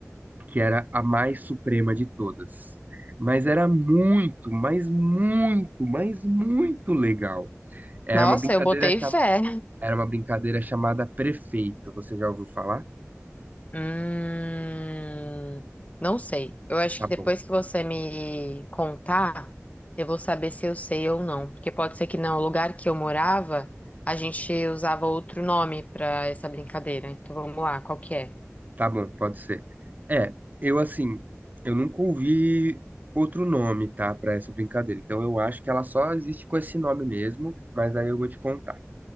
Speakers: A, on the right; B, on the left.
A: que era a mais suprema de todas. Mas era muito, mas muito, mas muito legal. Era
B: Nossa,
A: uma brincadeira,
B: eu botei
A: cha-
B: fé.
A: era uma brincadeira chamada prefeito. Você já ouviu falar?
B: Hum, não sei. Eu acho
A: Tá
B: que
A: bom.
B: depois que você me contar, eu vou saber se eu sei ou não. Porque pode ser que não. O lugar que eu morava, a gente usava outro nome pra essa brincadeira. Então vamos lá, qual que é?
A: Tá bom, pode ser. É, eu assim, eu nunca ouvi outro nome, tá, pra essa brincadeira. Então eu acho que ela só existe com esse nome mesmo, mas aí eu vou te contar.